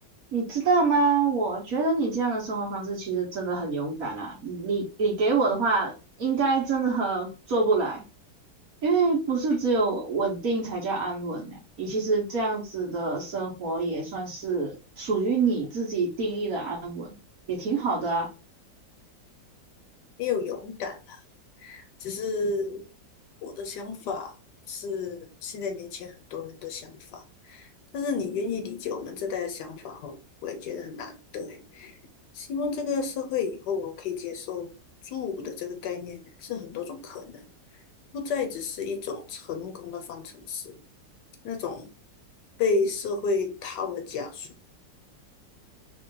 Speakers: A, on the right; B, on the left.
A: 你知道吗？我觉得你这样的生活方式其实真的很勇敢啊。你你给我的话，应该真的很做不来。因为不是只有稳定才叫安稳呢、你其实这样子的生活也算是属于你自己定义的安稳，也挺好的啊。
B: 也有勇敢。只是我的想法是现在年轻人很多人的想法，但是你愿意理解我们这代的想法哦，我也觉得很难对，希望这个社会以后我可以接受住的这个概念是很多种可能，不再只是一种成功的方程式，那种被社会套的枷锁。